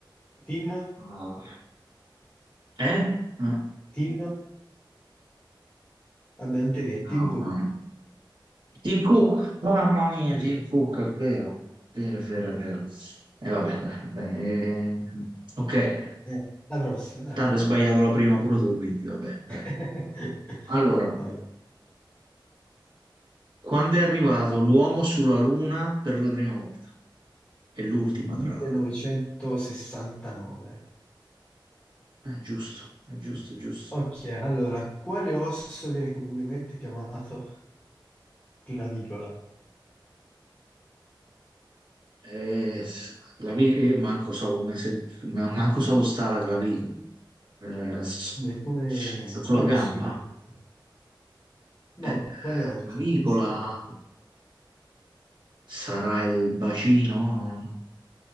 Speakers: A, on the left; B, on the right.
A: Tim?
B: Ah, eh? Eh?
A: Tim? Vabbè, non te viene.
B: No,
A: Tim Cook.
B: no, no. Tim Cook, mamma mia,
A: Sì.
B: Tim Cook, è vero, è vero, è vero, è
A: Eh,
B: vero. E vabbè, dai, eh, ok,
A: eh, la prossima, dai.
B: tanto hai sbagliato la prima pure tu, quindi vabbè, dai.
A: <laughs>
B: Allora,
A: Vai.
B: quando è arrivato l'uomo sulla Luna per la prima volta? E l'ultima,
A: 1969.
B: tra l'altro. Eh, giusto, è giusto, è giusto.
A: Ok, allora, quale osso viene comunemente chiamato clavicola?
B: Eh, la vi- io manco so come se, ma- manco so dove sta la clavicola. Eh, s-
A: Beh, come...
B: sta sulla
A: Quale
B: gamba.
A: osso viene chiamato? No,
B: Eh,
A: quale osso?
B: clavicola.
A: Come si chiama?
B: Sarà il bacino?